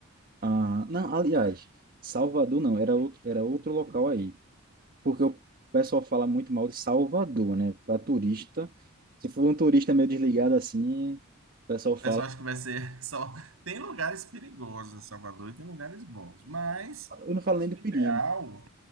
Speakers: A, on the right; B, on the right.
A: Ah, não, aliás, Salvador não, era outro, era outro local aí. Porque o pessoal fala muito mal de Salvador, né, para turista. Se for um turista meio desligado assim, o pessoal
B: O
A: fala.
B: pessoal acha que vai ser <laughs> só. Tem lugares perigosos em Salvador e tem lugares bons, mas
A: Eu não falo nem
B: o
A: do perigo.
B: ideal